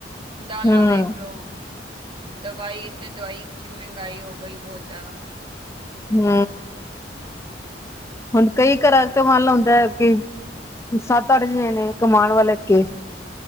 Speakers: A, on the right; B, on the left.
A: ਦਾਲਾਂ
B: ਹੂੰ
A: ਵੇਖ ਲੋ। ਦਵਾਈ ਤੇ ਦਵਾਈ ਚ ਮੈਂਗਾਈ ਹੋ ਗਈ ਬੋਤ ਜਾਦਾ।
B: ਹੁੰ। ਹੁਣ ਕਈ ਘਰਾਂ ਤੇ ਮਨ ਲੋ ਹੁੰਦੈ, ਕਿ ਸੱਤ-ਅੱਠ ਜਣੇ ਨੇ ਕਮਾਣ ਵੱਲ ਅੱਗੇ